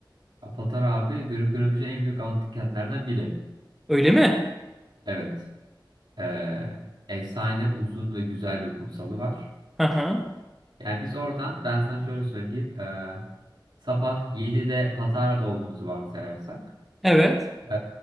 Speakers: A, on the right; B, in the centre.
A: Ya Patara abi görüp görebileceğin en büyük antik kentlerden biri.
B: Öyle mi?
A: Evet. E, efsane uzun ve güzel bir kumsalı var.
B: Hı hı.
A: Yani biz oradan ben sana şöyle söyleyeyim. Ee, sabah 7'de Patara'da olduğumuzu varsayarsak
B: Evet.
A: ee,